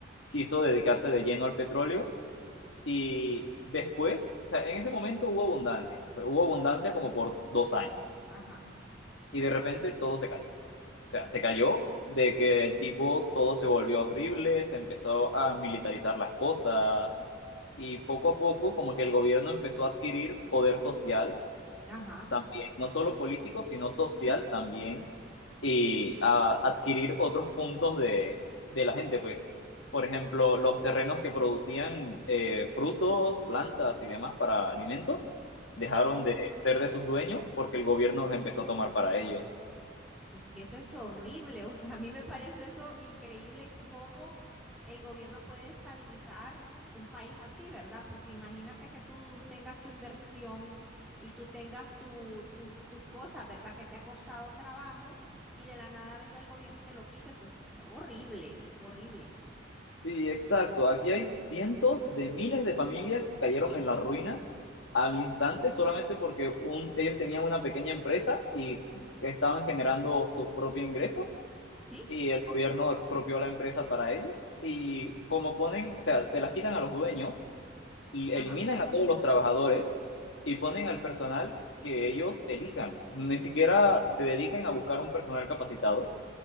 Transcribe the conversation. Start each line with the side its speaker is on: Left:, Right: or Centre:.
Left: quiso dedicarse de lleno al petróleo y después, o sea, en ese momento hubo abundancia, pero hubo abundancia como por dos años.
Centre: Ajá.
Left: Y de repente todo se cayó. O sea, se
Centre: Y-
Left: cayó de que el tipo todo se volvió horrible, se empezó a militarizar las cosas y poco a poco como que el gobierno empezó a adquirir poder social
Centre: Ajá.
Left: también, no solo político, sino social también, y a adquirir otros puntos de, de la gente, pues, por ejemplo, los terrenos que producían eh, frutos, plantas y demás para alimentos, dejaron de ser de sus dueños porque el gobierno los empezó a tomar para ellos.
Centre: Es que eso es horrible, o sea, a mí me parece eso increíble cómo el gobierno puede estabilizar un país así, ¿verdad? Porque imagínate que tú tengas tu inversión y tú tengas tu, tus, tus cosas, ¿verdad? Que te ha costado trabajo y de la nada venga el gobierno y te lo quite, eso es horrible, horrible,
Left: Sí, exacto. Aquí hay cientos de miles de familias que cayeron en la ruina al instante solamente porque un, ellos tenían una pequeña empresa y estaban generando sus propios ingresos
Centre: ¿sí?
Left: y el gobierno expropió la empresa para ellos y como ponen, o sea, se las quitan a los dueños y
Centre: Ajá,
Left: eliminan a todos los trabajadores y ponen al personal que ellos elijan. Ni siquiera se dedican a buscar un personal capacitado,